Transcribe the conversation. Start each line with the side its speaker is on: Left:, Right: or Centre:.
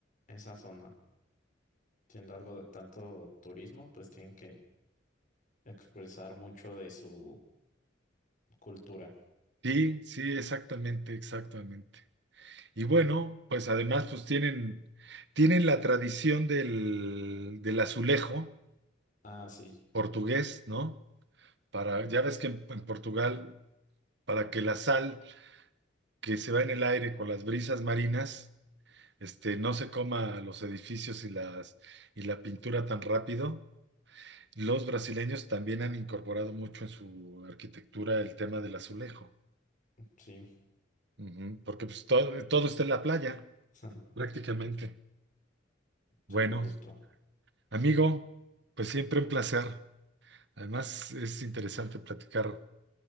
Left: esa zona. Siendo algo de tanto turismo, pues tienen que expresar mucho de su cultura.
Right: Sí, sí, exactamente, exactamente. Y bueno, pues además pues tienen, tienen la tradición del, del azulejo
Left: Ah, sí,
Right: portugués, ¿no? Para, ya ves que en, en Portugal, para que la sal que se va en el aire con las brisas marinas, este, no se coma los edificios y las, y la pintura tan rápido, los brasileños también han incorporado mucho en su arquitectura el tema del azulejo,
Left: sí,
Right: Ujú, porque pues todo, todo está en la playa,
Left: <laughs>
Right: prácticamente. Bueno,
Left: sí, justo.
Right: amigo, pues siempre un placer. Además, es interesante platicar